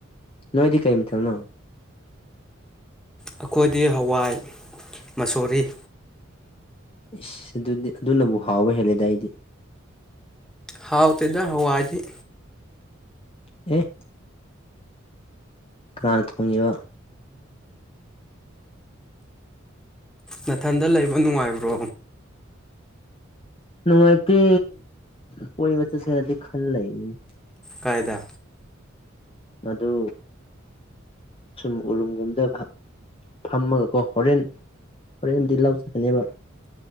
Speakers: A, on the left (about 30°); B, in the centre.
A: ꯅꯣꯏꯗꯤ ꯀꯩ ꯃꯊꯦꯜꯅꯣ
B: ꯑꯩꯈꯣꯏꯗꯤ ꯍꯋꯥꯏ ꯃꯁꯣꯔꯤ
A: ꯏꯁ ꯑꯗꯨꯗꯤ ꯑꯗꯨꯅꯕꯨ ꯍꯥꯎꯕ ꯍꯦꯜꯂꯦꯗ ꯑꯩꯗꯤ
B: ꯍꯥꯎꯇꯦꯗ ꯍꯋꯥꯏꯗꯤ
A: ꯑꯦ ꯀꯅꯥꯅ ꯊꯣꯡꯉꯤꯕ
B: ꯅꯊꯟꯗ ꯂꯩꯕ ꯅꯨꯡꯉꯥꯏꯕ꯭ꯔꯣ
A: ꯅꯨꯡꯉꯥꯏꯇꯦ ꯀꯣꯏꯕ ꯆꯠꯁꯦꯔꯥꯗꯤ ꯈꯜ ꯂꯩꯕꯅꯦ
B: ꯀꯥꯏꯗ
A: ꯑꯗꯨ ꯁꯨꯝ ꯎꯔꯨꯝꯒꯨꯝꯗ ꯍꯥꯛ__ ꯐꯝꯃꯒꯀꯣ ꯍꯣꯔꯦꯟ ꯍꯣꯔꯦꯟꯗꯤ ꯂꯧ ꯆꯠꯀꯅꯦꯕ